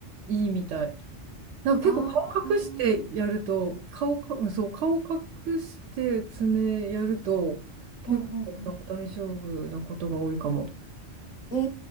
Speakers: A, on the right; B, on the left.
A: いいみたい。なんか結構顔隠してやると、
B: ああ、うん
A: 顔か、うんそう、顔隠して爪やると、結構なんか大丈夫なことが多いかも。
B: うんうん。